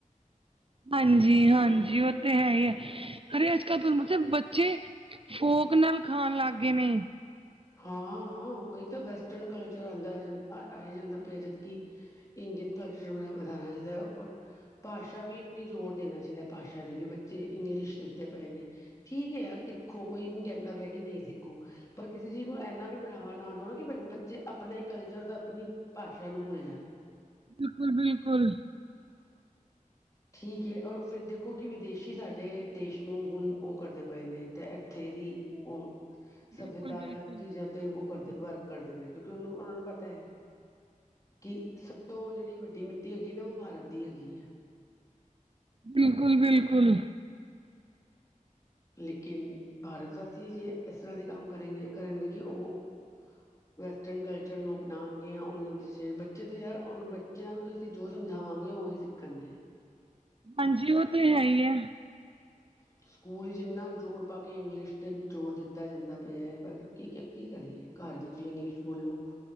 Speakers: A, on the right (about 40°); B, on the left (about 25°).
A: ਹਾਂਜੀ- ਹਾਂਜੀ ਉਹ ਤੇ ਹੈ ਹੀ ਹੈ। ਅਰੇ ਅੱਜ ਕੱਲ ਬੱਚੇ ਫੋਕ ਨਾਲ ਖਾਣ ਲੱਗ ਗਏ ਨੇ।
B: ਹਾਂ -ਹਾਂ ਉਹੀ ਤਾਂ ਵੈਸਟਰਨ ਕਲਚਰ ਆਉਂਦਾ ਜਾਂਦਾ ਆਈ ਜਾਂਦਾ ਪਿਆ ਜਦਕਿ ਇੰਡੀਅਨ ਕਲਚਰ ਵ ਵੱਧਾਣਾ ਚਾਹੀਦਾ ਔਰ ਭਾਸ਼ਾ ਵੀ ਆਪਣੀ ਜ਼ੋਰ ਦੇਣਾ ਚਾਹੀਦਾ ਭਾਸ਼ਾ ਦੇ ਵੀ ਬੱਚੇ ਇੰਗਲਿਸ਼ ਲਿਖਦੇ ਪਏ ਨੇ। ਠੀਕ ਹੈ ਯਾਰ ਸਿੱਖੋ ਕੋਈ ਨੀ ਕਹਿੰਦਾ ਪਿਆ ਕਿ ਨਹੀਂ ਸਿੱਖੋ ਪਰ ਕਿਸੇ ਚੀਜ਼ ਨੂੰ ਇੰਨਾ ਵੀ ਬੜਾਵਾ ਨਾ ਦੋ ਕਿ ਬੱਚੇ ਆਪਣਾ ਹੀ ਕਲਚਰ ਅਤੇ ਆਪਣੀ ਭਾਸ਼ਾ ਨੂੰ ਭੁੱਲ ਜਾਣ।
A: ਬਿਲਕੁਲ -ਬਿਲਕੁਲ
B: <inaudible> ਠੀਕ ਹੈ ਔਰ ਦੇਖੋ ਕਿ ਵਿਦੇਸ਼ੀ ਸਾਡੇ ਦੇਸ਼ ਨੂੰ ਹੁਣ ਉਹ ਕਰਦੇ ਪਏ ਨੇ ਤੇ ਇੱਥੇ ਦੀ ਉਹ ਸੱਭਿਅਤਾ
A: ਬਿਲਕੁਲ ਬਿਲਕੁਲ
B: ਯ ਚੀਜ਼ਾਂ ਤੇ ਉਹ ਕਰਦੇ ਵਰਕ ਕਰਦੇ ਪਏ ਕਿਉਂਕਿ ਉਹਨੂੰ ਉਹਨਾਂ ਨੂੰ ਪਤਾ ਹੈ। ਕਿ ਸਭ ਤੋਂ ਜਿਹੜੀ ਵੱਡੀ ਮਿੱਟੀ ਹੈਗੀ ਨਾ ਉਹ ਭਾਰਤ ਦੀ ਹੈਗੀ ਹੈ।
A: ਬਿਲਕੁਲ- ਬਿਲਕੁਲ
B: ਲੇਕਿਨ ਭਾਰਤ ਵਾਸੀ ਜੇ ਇਸ ਤਰ੍ਹਾਂ ਦੇ ਕੰਮ ਕਰੇਗੇ ਕਰਨਗੇ ਕਿ ਉਹ <inaudible> ਵੈਸਟਰਨ ਕਲਚਰ ਨੂੰ ਅਪਣਾਂਣਗੀਆਂ ਉਹਨਾਂ ਦੀ ਬੱਚੇ ਤਾਂ ਯਾਰ ਬੱਚਿਆਂ ਨੂੰ ਤਾਂ ਅਸੀਂ ਜੋ ਸਮਝਾਵਾਂਗੇ ਉਹੀ ਸਿੱਖ ਕਰਨਗੇ।
A: ਹਾਂਜੀ ਉਹ ਤਾਂ ਹੈ ਹੀ ਹੈ।
B: <inaudible> ਸਕੂਲ ਵਿੱਚ ਇੰਨਾ ਜ਼ੋਰ ਪਾ ਕੇ ਇੰਗਲਿਸ਼ ਤੇ ਜ਼ੋਰ ਦਿੱਤਾ ਜਾਂਦਾ ਪਿਆ ਹੈ ਪਰ ਕੀ -ਕੀ ਕਰੀਏ। ਘਰ ਵਿੱਚ ਵੀ ਇੰਗਲਿਸ਼ ਬੋਲੋ